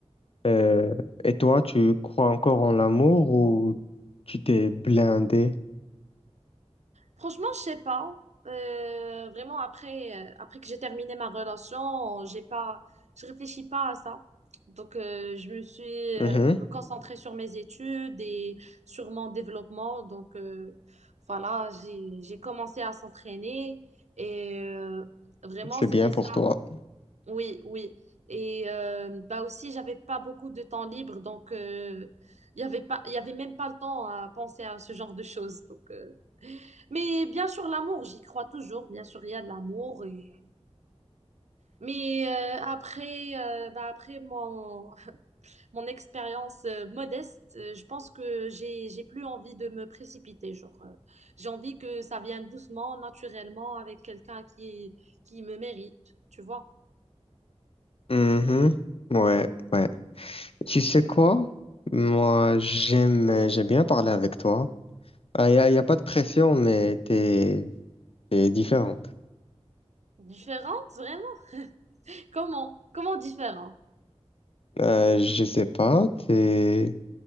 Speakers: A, on the left; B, on the right.
A: Euh, et toi, tu crois encore en l'amour ou tu t'es blindé?
B: Franchement, je sais pas. Euh, vraiment, après, euh, après que j'ai terminé ma relation, j'ai pas, je réfléchis pas à ça. Donc, euh, je me suis euh,
A: Mhm,
B: concentrée sur mes études et sur mon développement. Donc, euh, voilà, j'ai, j'ai commencé à s'entraîner et euh, vraiment,
A: C'est
B: c'était
A: bien pour
B: ça.
A: toi.
B: Oui, oui. Et euh, bah aussi, j'avais pas beaucoup de temps libre, donc euh, il y avait pas, il y avait même pas le temps à penser à ce genre de choses. Donc, euh, mais bien sûr, l'amour, j'y crois toujours. Bien sûr, il y a de l'amour. Et... Mais euh, après, euh, bah, après mon, <laughs> mon expérience euh, modeste, euh, je pense que j'ai, j'ai plus envie de me précipiter. Genre, euh, j'ai envie que ça vienne doucement, naturellement, avec quelqu'un qui, qui me mérite. Tu vois?
A: Mhm, Ouais, ouais. Tu sais quoi? Moi, j'aime, j'aime bien parler avec toi. Il n'y a, y a pas de pression, mais t'es, t'es différente.
B: Différente, vraiment? Comment? Comment différent?
A: Euh, je sais pas, t'es,